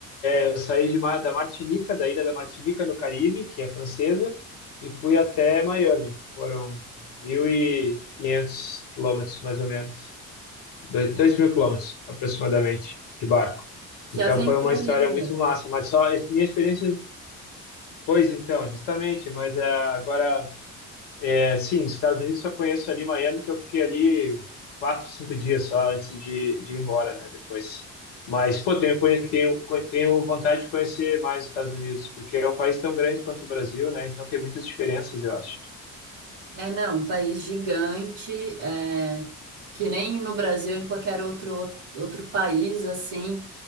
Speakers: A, on the left; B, on the right.
A: eu saí de, Mar- da Martinica, da ilha da Martinica, no Caribe, que é francesa, e fui até Miami. Foram 1.500 quilômetros, mais ou menos. Doi- mil quilômetros, aproximadamente, de barco.
B: Que
A: Então
B: aventura
A: foi uma história
B: linda!
A: muito massa, mas só minha experiência, pois então, justamente, mas ah, agora é, sim, os Estados Unidos só conheço ali Miami, que eu fiquei ali quatro, cinco dias só antes de, de ir embora, né? Depois. Mas, pô, tenho, conhe- tenho, conhe- tenho vontade de conhecer mais os Estados Unidos, porque é um país tão grande quanto o Brasil, né? Então tem muitas diferenças, eu acho.
B: É, não, um país gigante, é, que nem no Brasil, em qualquer outro, outro país, assim,